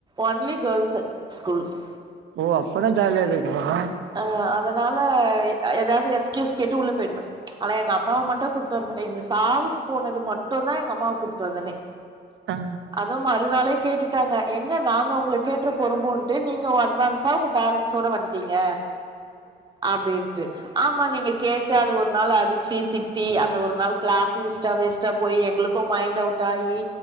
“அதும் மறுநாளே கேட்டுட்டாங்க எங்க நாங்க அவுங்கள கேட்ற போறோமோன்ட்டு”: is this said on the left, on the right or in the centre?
Right